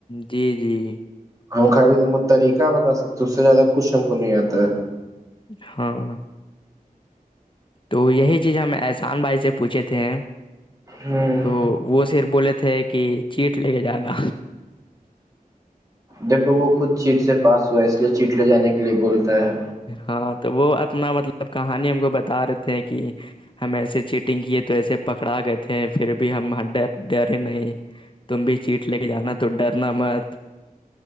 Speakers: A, on the left; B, on the right.
A: جی جی
B: ہم خالی تم کو طریقہ بتا سکتے اس سے زیادہ کچھ ہم کو نہیں آتا ہے
A: ہاں تو یہی چیز ہمیں احسان بھائی سے پوچھے تھے
B: ہ
A: تو وہ صر بولے تھے کہ چیٹ لے کے جانا
B: دیکھو وہ خود چیٹ سے پاس ہوا اس لیئے چیٹ لے جانے کےلئے بولتا ہے
A: ہاں تو وہ اپنا مطلب کہانی ہم کو بتا رہے تھ ہیں کہ ہم ایسے چیٹنگ کیے تو ایسے پکڑا گئے تھے پھر بھی ہم ڈ ڈرے نہیں تم بھی چیٹ لے کے جانا تو ڈرنا مت